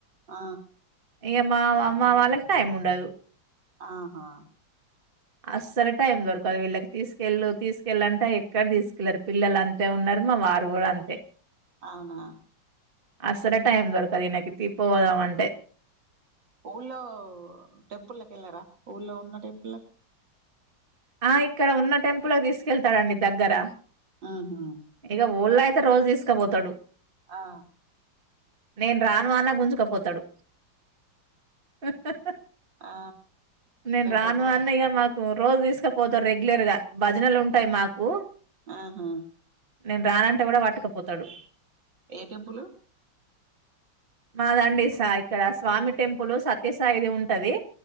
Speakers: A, on the right; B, on the right.
A: ఆ
B: ఇ మాఅమ్మా వాళ్ళకు టైమ్ ఉండదు.
A: ఆహా!
B: అస్సలే టైం దొరకదు వీళ్ళకి తీసుకెళ్ళు తీసుకెళ్ళంటే ఎ ఎక్కడకు తీసుకెళ్లరు పిల్లలు అంతే ఉన్నారు మా వారు కూడా అంతే.
A: ఆహా!
B: అసలే టైం దొరకదు ఈయనకి ట్రిప్ పోదామంటే.
A: ఊళ్ళో టెంపుల్కి వెళ్ళారా? ఊళ్ళో ఉన్న టెంపుల్.
B: ఆ ఇక్కడ ఉన్న టెంపుల్కి తీసుకెత్తాడండి దగ్గర.
A: ఆహా
B: ఇక ఊళ్ళో అయితే రోజూ తీసుకపోతాడు.
A: ఆ!
B: నేను రాను అన్న గుంజుకపోతాడు. అ! హ హ
A: ఆ
B: నేను రాను
A: దగ్గర
B: అన్న
A: కదా
B: ఇగ మాకు రోజూ తీసుకపోతారు రెగ్యులర్ గా భజనలు ఉంటాయి మాకు.
A: ఆహా!
B: నేను రానంటే కూడా పట్టకపోతాడు.
A: ఏ టెంపుల్.
B: మా దాండి, ఇక్కడ స్వామి టెంపుల్ సత్యసాయిది ఉంటాది.